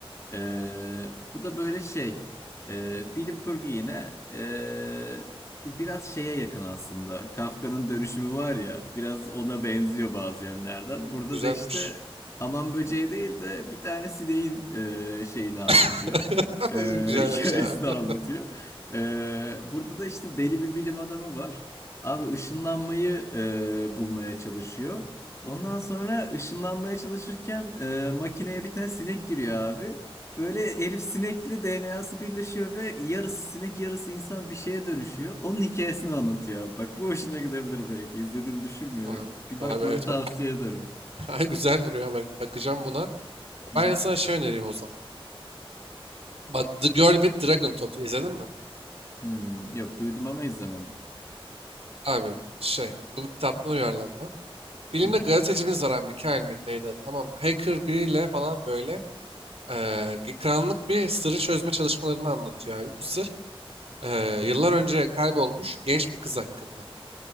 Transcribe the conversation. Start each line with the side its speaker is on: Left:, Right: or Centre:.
Left: Ee, bu da böyle şey ee, bilim kurgu yine ee, biraz şeye yakın aslında. Kafka'nın dönüşümü var ya biraz ona benziyor bazı yönlerden. Burada
Right: Güzelmiş.
Left: da işte hamam böceği değil de bir tane sineğin ee, şeyini anlatıyor.
Right: <laughs>
Left: Ee,
Right: Güzelmiş
Left: <laughs> hikayesini
Right: abi.
Left: anlatıyor. Ee, burada da işte deli bir bilim adamı var. Abi ışınlanmayı ee, bulmaya çalışıyor. Ondan sonra ışınlanmaya çalışırken e, makineye bir tane sinek giriyor abi. Böyle Elif sinekli DNA'sı birleşiyor ve yarısı sinek yarısı insan bir şeye dönüşüyor. Onun hikayesini anlatıyor. Bak bu hoşuna gidebilir belki. İzlediğini düşünmüyorum.
Right: Abi,
Left: Bir
Right: abi
Left: bakmanı
Right: evet.
Left: tavsiye ederim.
Right: <laughs> Ay, Güzel duruyor bak bakacağım buna.
Left: Hı
Right: Ben
Left: hı.
Right: sana şey önereyim o zaman. Bak The Girl with Dragon Tattoo izledin mi?
Left: Hmm, yok duydum ama izlemedim.
Right: Abi şey bu bir kitaptan uyarlanma. Filmde
Left: Hı hı.
Right: gazetecimiz var abi. Mikael miydi neydi adı tamam mı? Hacker biriyle falan böyle eee karanlık bir sırrı çözme çalışmalarını anlatıyor abi. Bu sır eee, yıllar önce kaybolmuş genç bir kız hakkında.